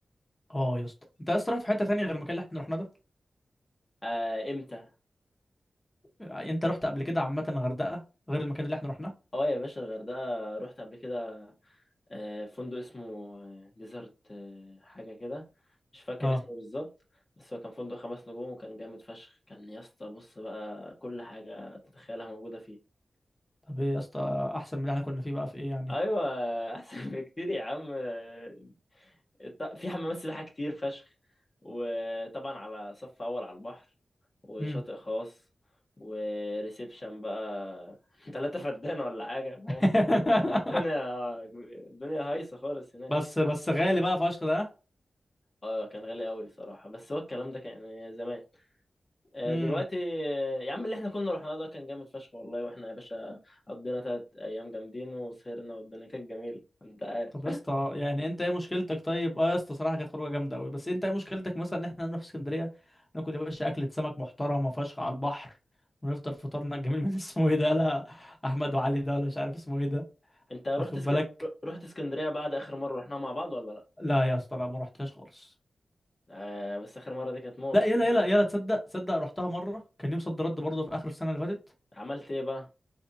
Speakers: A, on the left (about 25°); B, on the left (about 45°).
A: اه يا اسطى انت اصلا رحت في حته تانية غير المكان اللي احنا رحناه ده
B: آه امتى
A: انت رحت قبل كده عامه غردقه غير المكان اللي احنا رحناه
B: اه يا باشا الغردقة رحت قبل كده آه، فندق اسمه ديزرت حاجة كده مش فاكر
A: اه
B: اسمه بالظبط بس هو كان فندق خمس نجوم وكان جامد فشخ كان يا اسطى بص بقى كل حاجة تتخيلها موجودة فيه
A: طب ايه يا اسطى احسن من اللي احنا كنا فيه بقى في ايه يعني
B: أيوة أحسن <laughs> بكتير يا عم آه، الط- في حمامات سباحة كتير فشخ وطبعا على صف أول على البحر وشاطئ
A: امم
B: خاص وريسبشن بقى <laughs> تلاتة فدان ولا حاجة فاهم
A: <laughs>
B: الدنيا آه، الدنيا هايصة خالص هناك
A: بس بس غالي بقى فشخ ده
B: اه كان غالي قوي صراحة بس هو الكلام ده كان يعني زمان آه،
A: امم
B: دلوقتي آه، يا عم اللي احنا كنا رحنا ده كان جامد فشخ والله واحنا يا باشا قضينا تلات ايام جامدين وسهرنا والدنيا كانت جميلة انت عارف
A: طب يا اسطى يعني انت ايه مشكلتك طيب اه يا اسطى صراحه كانت خروجه جامده قوي بس انت ايه مشكلتك مثلا ان احنا نروح اسكندريه ناكل يا باشا اكله سمك محترمه فشخ على البحر ونفطر فطارنا الجميل من <laughs> اسمه ايه ده لا احمد وعلي ده ولا مش عارف اسمه ايه ده
B: انت رحت
A: واخد
B: اسك...
A: بالك
B: رحت اسكندرية بعد اخر مرة رحناها مع بعض ولا لا
A: لا يا اسطى لا ما رحتهاش خالص
B: آه بس اخر مرة دي كانت موت
A: لا يلا
B: ها؟
A: يلا يلا تصدق تصدق رحتها مره كان يوم صد رد برضه في اخر السنه اللي فاتت
B: عملت ايه بقى